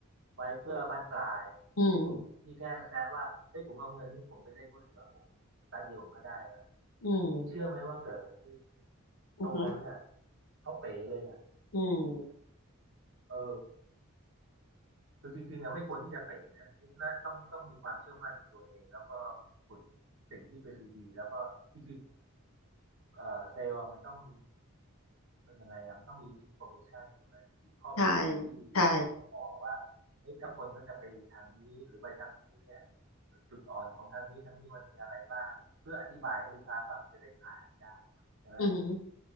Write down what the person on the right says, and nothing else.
ไว้เพื่อบั้นปลาย
ผมพี่แค่แซะว่าเอ้ยผมเอาเงินนี้ผมไปเล่นหุ้นดีกว่าผมแป๊บเดียวผมก็ได้แล้ว
เชื่อไหมว่าเกิดอะไรขึ้น
ตรงนั้นเนี่ยเขาเป๋เลยเนี่ย
เออคือจริงๆอะไม่ควรที่จะเป๋นะน่าต้องต้องมีความเชื่อมั่นในตัวเองแล้วก็ขุดสิ่งที่เป็นดีๆแล้วก็จริงๆ เอ่อเซลล์อะมันต้องมีมันยังไงอ่ะมันต้องมีอินโฟเมชันใช่ไหมมีข้อมูลที่แน่นพอว่าเอ้ยถ้าคนเขาจะไปทางนี้หรือไปทางนี้เนี่ย
จุดอ่อนของทางนี้ทางนี้มันมีอะไรบ้างเพื่ออธิบายให้ลูกค้าฟังจะได้ขายได้ใช่ไหม